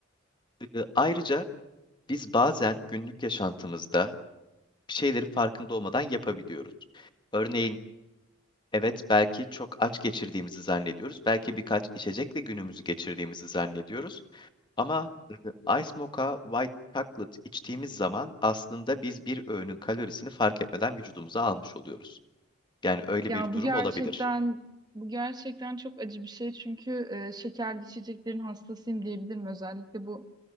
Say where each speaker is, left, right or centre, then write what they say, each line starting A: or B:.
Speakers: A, on the left; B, on the right.
A: E, ayrıca biz bazen günlük yaşantımızda şeyleri farkında olmadan yapabiliyoruz. Örneğin evet belki çok aç geçirdiğimizi zannediyoruz. Belki birkaç içecekle günümüzü geçirdiğimizi zannediyoruz. Ama e, Ice Mocha White Chocolate içtiğimiz zaman aslında biz bir öğünün kalorisini fark etmeden vücudumuza almış oluyoruz. Yani öyle
B: Ya
A: bir durum
B: bu gerçekten
A: olabilir.
B: bu gerçekten çok acı bir şey çünkü e, şekerli içeceklerin hastasıyım diyebilirim. Özellikle bu